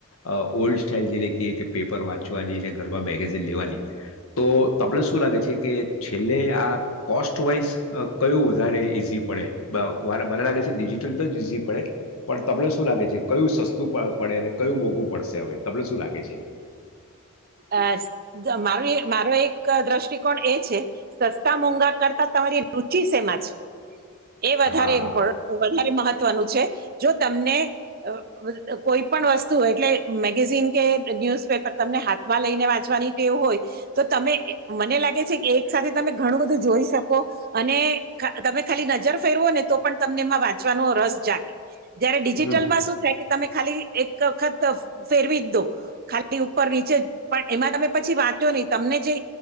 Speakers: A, on the left (about 85°); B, on the right (about 45°).
A: અ ઓલ્ડ સ્ટાાઈલ જે લ કએ કે પેપર વાંચવાની અને ઘરમાં મેગેઝિન લેવાની. તો તમને શું લાગે છે કે છેલ્લે આ કોસ્ટવાઈઝ અહ કયું વધારે ઈઝી પડે, મ મન મને લાગે છે ડિજિટલ તો જ ઈઝી પડે, પણ તમને શું લાગે છે કયું સસ્તું પ પડે અને કયું મોઘું પડશે હવે તમને શું લાગે છે?
B: અહ સ મારો એ મારો એક દ્રષ્ટિકોણ એ છે સસ્તા મોંઘા કરતા તમારી રુચિ શેમાં છે એ વધારે
A: હા.
B: ઇમ્પો વધારે મહત ત્વનું છે જો તમને અહ અહ કોઈ પણ વસ્તુ એટલે મેગેઝિન કે ન્યૂઝ પેપર તમને હાથમાં લઈને વાંચવાની ટેવ હોય તો તમે એ મને લાગે છે કે એક સાથે તમે ઘણું બધું જોઈ શકો અને ખા તમે ખાલી નજર ફેરવો ને તો પણ તમને એમાં વાંચવાનો રસ જાગે. જયારે ડિજિટલ
A: હમ.
B: માં શું થાય કે તમે ખાલી એક વખત ફેરવી જ દો. ખા લી ઉપર નીચે જ, પણ એમાં તમે પછી વાંચો નહી, તમને જે